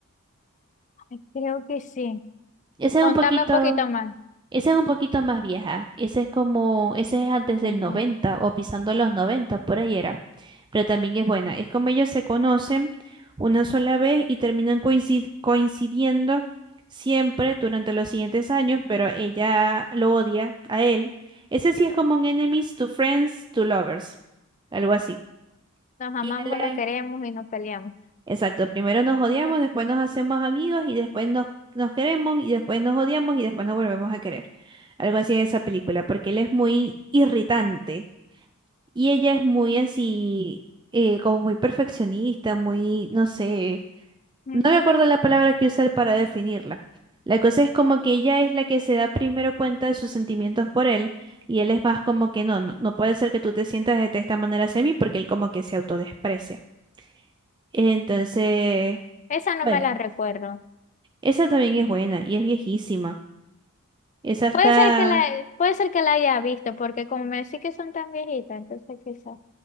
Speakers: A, on the left; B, on the right.
A: Ay, Creo que sí.
B: Esa
A: Contame
B: es un poquito,
A: un poquito más.
B: esa es un poquito más vieja. Ese es como, ese es antes del
A: Ajá.
B: 90 o pisando los 90 por ahí era. Pero también es buena. Es como ellos se conocen una sola vez y terminan coincid- coincidiendo siempre durante los siguientes años, pero ella lo odia a él. Ese sí es como un enemies to friends to lovers, algo así.
A: Nos amamos,
B: Y él
A: nos queremos y nos peleamos.
B: Exacto, primero nos odiamos,
A: <laughs>
B: después nos hacemos amigos y después nos, nos queremos y después nos odiamos y después nos volvemos a querer. Algo así es esa película, porque él es muy irritante y ella es muy así, eh, como muy perfeccionista, muy, no sé,
A: Mm,
B: no me acuerdo la palabra que usar para definirla. La cosa es como que ella es la que se da primero cuenta de sus sentimientos por él y él es más como que no, no, no puede ser que tú te sientas de esta manera hacia mí porque él como que se autodesprecia. Entonces...
A: Esa no
B: Bueno.
A: me la recuerdo.
B: Esa también es buena y es viejísima. Esa está,
A: Puede ser que la, puede ser que la haya visto, porque como me decís que son tan viejitas, entonces quizás.